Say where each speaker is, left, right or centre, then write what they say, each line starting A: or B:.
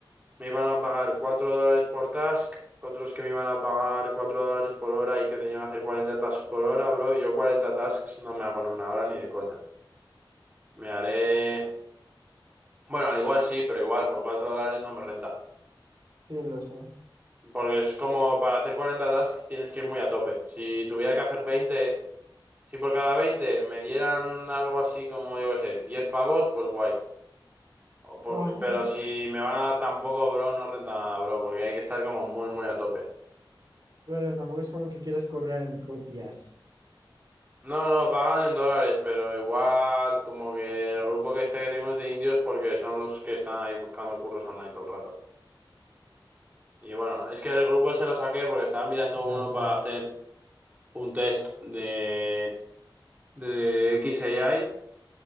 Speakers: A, on the right; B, on the right.
A: me iban a pagar 4 dólares por task, otros que me iban a pagar 4 dólares por hora y que tenían que hacer 40 tasks por hora, bro. Yo 40 tasks no me hago en una hora ni de coña. Me haré... Bueno, al igual sí, pero igual por 4 dólares no me renta.
B: sí, lo sé.
A: Porque es como para hacer 40 tasks tienes que ir muy a tope. Si tuviera que hacer veinte Si por cada 20 me dieran algo así como, yo qué sé, 10 pavos, pues guay. O por-
B: Ajá.
A: pero si me van a dar tampoco, bro, no renta nada, bro, porque hay que estar como muy, muy a tope.
B: Claro, tampoco es como que quieras cobrar en rupias.
A: No, no, pagan en dólares, pero igual como que el grupo que este que tengo es de indios porque son los que están ahí buscando curros online todo el rato. Y bueno, es que el grupo se lo saqué porque estaba mirando
B: Ya,
A: uno
B: claro.
A: para hacer un test de, de XAI